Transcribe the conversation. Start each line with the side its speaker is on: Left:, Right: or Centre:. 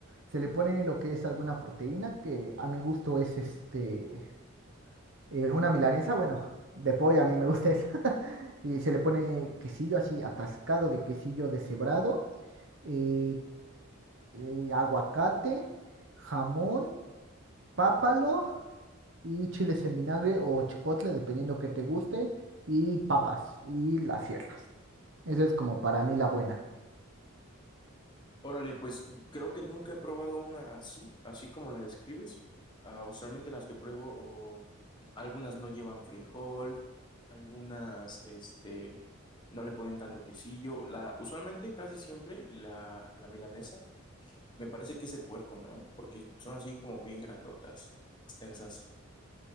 Right: Se le pone lo que es alguna proteína, que a mi gusto es este, eh, una milanesa, bueno, de pollo, a mí me gusta esa. <laughs> Y se le pone quesillo así, atascado de quesillo deshebrado, eh, eh, aguacate, jamón pápalo y chiles en vinagre o chipotle, dependiendo que te guste, y papas y las cierras. Esa es como para mí la buena.
Left: Órale, pues creo que nunca he probado una así, así como la describes. Ah, usualmente las que pruebo, o algunas no llevan frijol, algunas, este, no le ponen tanto quesillo. La, usualmente, casi siempre, la, la milanesa, me parece que es de puerco, ¿no? Porque son así como bien grandotas, extensas.